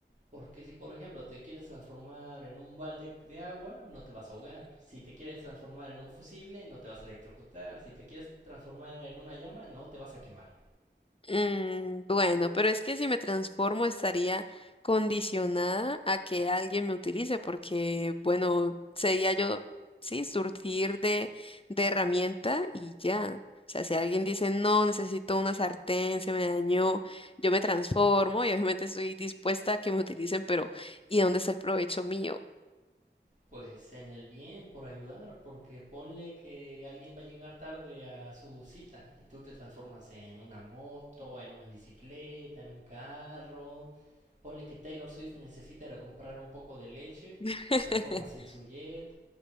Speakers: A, on the right; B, on the left.
A: Porque si por ejemplo te quieres transformar en un balde de agua, no te vas a ahogar. Si te quieres transformar en un fusible, no te vas a electrocutar. Si te quieres transformar en una llama, no te vas a quemar.
B: Mm, bueno, pero es que si me transformo estaría condicionada a que alguien me utilice, porque, bueno, sería yo, sí, surtir de, de herramienta y ya. O sea, si alguien dice, no, necesito una sartén, se me dañó, yo me transformo y obviamente estoy dispuesta a que me utilicen, pero ¿y dónde está el provecho mío?
A: Pues en el bien, por ayudar, porque ponle que alguien va a llegar tarde a su cita y tú te transformas en una moto, en una bicicleta, en un carro. Ponle que Taylor Swift necesita ir a comprar un poco de leche, pues
B: <laughs>
A: te transformas en su jet,